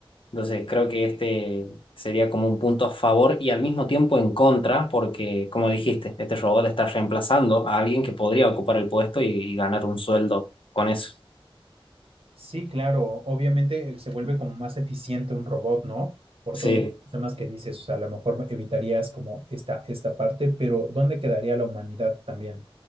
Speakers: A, on the left; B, on the right.
A: Entonces creo que este sería como un punto a favor y al mismo tiempo en contra, porque como dijiste, este robot está reemplazando a alguien que podría ocupar el puesto y, y ganar un sueldo con eso.
B: Sí, claro, obviamente eh, se vuelve como más eficiente un robot, ¿no? Por
A: Sí,
B: todos los temas que dices, o sea, a lo mejor evitarías como esta, esta parte, pero ¿dónde quedaría la humanidad también?